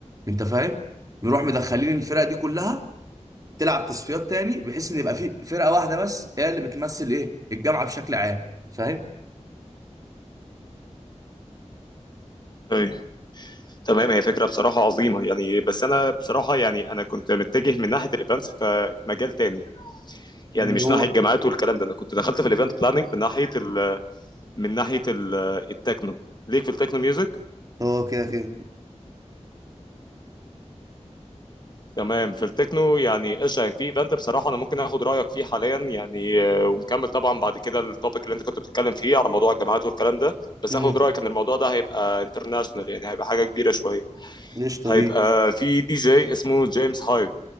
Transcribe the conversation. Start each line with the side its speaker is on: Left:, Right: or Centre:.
Right: انت فاهم نروح مدخلين الفرق دي كلها تلعب تصفيات تاني بحيث ان يبقى في فرقه واحده بس هي اللي بتمثل ايه الجامعه بشكل عام فاهم
Left: اي تمام هي فكره بصراحه عظيمه يعني بس انا بصراحه يعني انا كنت متجه من ناحيه الايفنتس فمجال تاني يعني
Right: اللي
Left: مش
Right: هو
Left: ناحيه الجامعات والكلام ده انا كنت دخلت في الايفنت بلاننج من ناحيه ال من ناحيه ال التكنو ليك في التكنو ميوزك
Right: اه كده كده
Left: تمام في التكنو يعني ايش في ايفنت بصراحه انا ممكن اخد رايك فيه حاليا يعني آه، ونكمل طبعا بعد كده التوبيك اللي انت كنت بتتكلم فيه على موضوع الجامعات والكلام ده بس
Right: امم
Left: اخد رايك ان الموضوع ده هيبقى انترناشونال يعني هيبقى حاجه كبيره شويه
Right: ليش طبيعي
Left: هيبقى في دي جي اسمه جيمس هايب